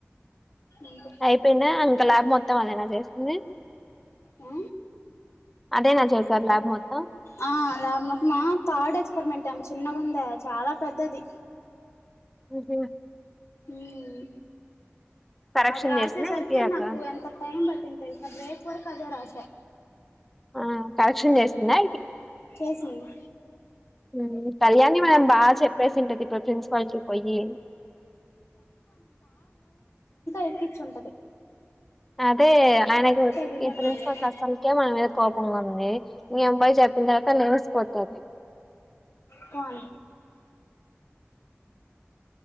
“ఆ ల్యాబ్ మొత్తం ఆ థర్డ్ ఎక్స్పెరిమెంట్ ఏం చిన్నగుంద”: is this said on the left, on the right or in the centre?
Left